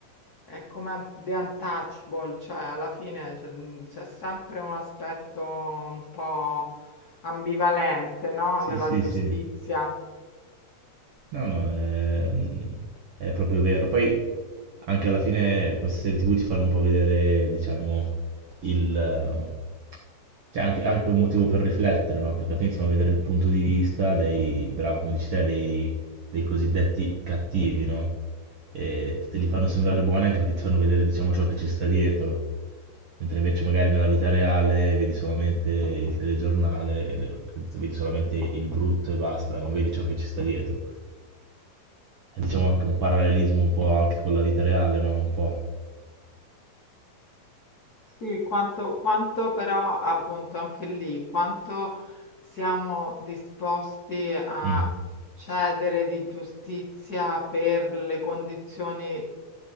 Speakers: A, on the left; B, on the right.
A: È come un- The Untouchable, cioè alla fine c'è mhmm, c'è sempre un aspetto un po' ambivalente, no?
B: sì,
A: Nella
B: sì,
A: giustizia.
B: sì. No, no, è, è proprio vero. Poi anche alla fine queste serie TV ti fanno un po' vedere, diciamo, il... eh, C'è anche, anche un motivo per riflettere, no? Perché alla fine ti fanno vedere il punto di vista dei, bravo, come dici te, dei, dei cosiddetti cattivi, no? E te li fanno sembrare buoni anche perché ti fanno vedere, diciamo, ciò che ci sta dietro. Mentre invece magari nella vita reale vedi solamente il telegiornale, e le- vedi solamente il brutto e basta, non vedi ciò che ci sta dietro è, diciamo anche un parallelismo un po' anche con la vita reale, no? Un po'.
A: Sì, quanto, quanto però appunto anche lì, quanto siamo disposti a
B: Mm,
A: cedere di giustizia per le condizioni